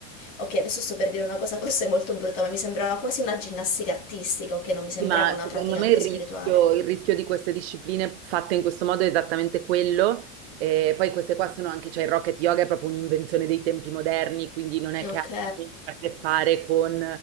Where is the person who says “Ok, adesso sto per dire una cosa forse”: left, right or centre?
Left